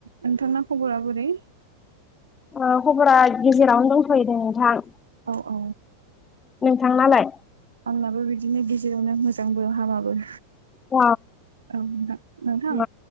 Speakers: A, on the right; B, on the left.
A: नोंथांना खबरा बोरै
B: ओ खबरा गेजेरावनो दंथयो नोंथां
A: औ औ
B: थांनालाय
A: आंनाबो बिदिनो गेजेरावनो मोजांबो हामाबो
B: अ
A: औ नोंथां नोंथां
B: अ